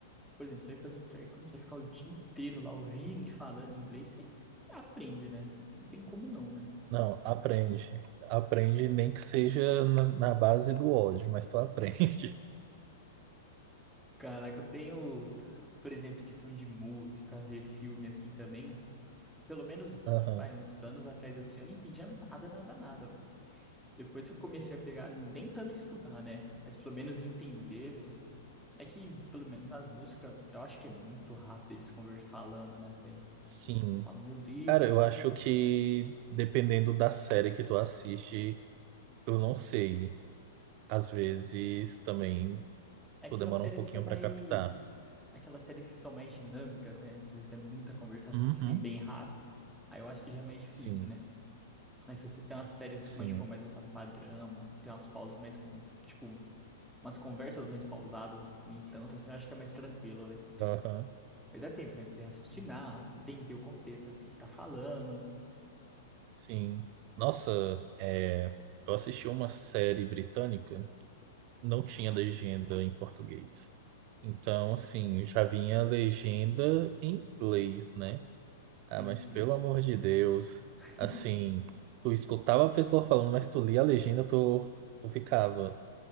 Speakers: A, in the centre; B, on the right (about 45°).
A: por exemplo, você vai fazer um intercâmbio, você vai ficar o dia inteiro lá ouvindo e falando inglês, você aprende, né? Não tem como não, né?
B: Não, aprende. Aprende nem que seja na na base do ódio, mas tu aprende.
A: Caraca, eu tenho, por exemplo, questão de música, ver filme assim também. Pelo menos,
B: <laughs> Aham.
A: vai, uns anos atrás assim, eu não entendia nada, nada, nada. Véi. Depois que eu comecei a pegar, nem tanto estudar, né? Mas pelo menos entender, velho. É que, pelo menos nas músicas, eu acho que é muito rápido eles conversando, falando, né, velho?
B: Sim.
A: Eu falo, meu Deus.
B: Cara, eu acho que dependendo da série que tu assiste, eu não sei. Às vezes também
A: É aquelas
B: tu demora
A: séries
B: um pouquinho
A: que é mais.
B: pra captar.
A: Aquelas séries que são mais dinâmicas, né? Que às vezes é muita conversação,
B: Uhum.
A: assim, bem rápido. Aí eu acho que já é mais difícil,
B: Sim,
A: né? Aí se você tem umas séries
B: sim.
A: mais, tipo, mais voltadas pra drama, tem umas pausas mais, com- tipo, umas conversas mais pausadas, no entanto, assim, eu acho que é mais tranquilo, velho.
B: Aham.
A: Aí dá tempo, né, de você raciocinar, assim, entender o contexto ali que tá falando.
B: Sim. Nossa, é, eu assisti uma série britânica, não tinha legenda em português. Então, assim, já vinha a legenda em inglês, né?
A: Sim,
B: Ah, mas
A: sim.
B: pelo amor de Deus,
A: <laughs>
B: assim, tu escutava a pessoa falando, mas tu lia a legenda, tu, tu ficava.